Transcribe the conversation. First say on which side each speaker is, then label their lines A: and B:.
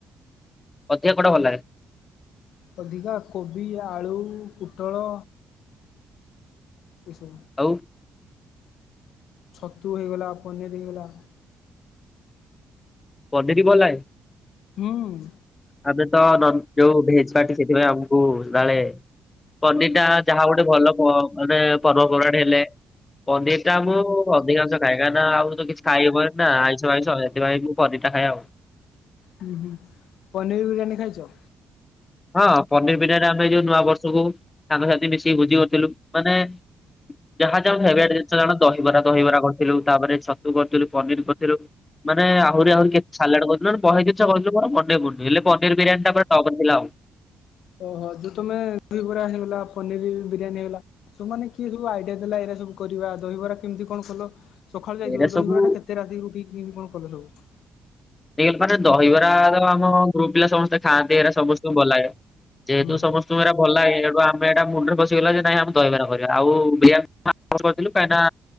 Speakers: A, on the left; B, on the left.
A: ଅଧିକ କଉଟା ଭଲ ଲାଗେ?
B: ଅଧିକା କୋବି, ଆଳୁ, ପୋଟଳ। ଏସବୁ,
A: ଆଉ?
B: ଛତୁ ହୋଇଇଗଲା, ପନିର ହେଇଗଲା।
A: ପନିରୀ ଭଲ ଲାଗେ?
B: ହୁଁ,
A: ଆମେ ତ ନନ୍ ଯୋଉ ଭେଜ ପାର୍ଟି ସେଥିପାଇଁ ଆମକୁ ସଦାବେଳେ ପନିର ଟା ଯାହା ଗୋଟେ ଭଲ ଅ ମାନେ ପର୍ବପର୍ବାଣି ହେଲେ ପନିର ଟା ମୁଁ ଅଧିକାଂଶ ଖାଏ କାହିଁକି ନା ଆଉ ତ କିଛି ଖାଇହବନି ନା ଆଇଁଷ ପାଇଁଷ ସେଥିପାଇଁ ପନିରଟା ଖାଏ ଆଉ।
B: ହୁଁ ହୁଁ ପନିର ବିରିୟାନୀ ଖାଇଛ?
A: ହଁ ପନିର ବିରିୟାନୀ ଆମେ ଏଇ ଯୋଉ ନୂଆ ବର୍ଷକୁ ସାଙ୍ଗସାଥି ମିଶିକି ଭୋଜି କରିଥିଲୁ। ମାନେ ଯାହା ଯାହାର ଫେବରାଇଟ୍ ଜିନିଷ ଜାଣ ଦହିବରା ଦହିବରା କରିଥିଲୁ, ତା ପରେ ଛତୁ କରିଥିଲୁ, ପନିର କରିଥିଲୁ ମାନେ ଆହୁରି ଆହୁରି କେ ସାଲାଡ କରିଥିଲୁ। ଆମେ ବହେ ଜିନିଷ କରିଥିଲୁ ମୋର ମନେ ପଡୁନି। ହେଲେ ପନିର ବିରିୟାନୀ ଟା ପୁରା ଟପରେ ଥିଲା ଆଉ।
B: ଓହୋ ଯୋଉ ତମେ ଦହିବରା ହେଇଗଲା ପନିର ବିରିୟାନୀ ହେଇଗଲା, ସବୁମାନେ କିଏ ସବୁ ଆଇଡିଆ ଦେଲା ଏଇଗୁରା ସବୁ କରିବା? ଦହିବରା କେମିତି କଣ କଲ? ସଖାଳୁ ଯାଇଥିବ।
A: ଏଇରା ସବୁ
B: ଦହିବରାଟା କେତେ ରାତିରୁ ଉଠିକି କେମିତି କଣ କଲ ସବୁ?
A: ଏଇ ମାନେ ଦହିବରା ତ ଆମ ଗ୍ରୁପ ପିଲା ସମସ୍ତେ ଖାଆନ୍ତି ଏଇଗୁରା ସମସ୍ତଙ୍କୁ ଭଲ ଲାଗେ। ଯେହେତୁ
B: ହୁଁ
A: ସମ ସ୍ତୁଙ୍କୁ ଏଗୁରା ଭଲ ଲାଗେ ସେଇଠୁ ଆମେ ଏଇଟା ମୁଣ୍ଡରେ ପସିିଗଲା ଯେ ନାଇଁ ଆମେ ଦହିବରା କରିବା। ଆଉ ବିୟା ଆମେ ଆର ବର୍ଷ କରିଥିଲୁ କାହିଁକି ନା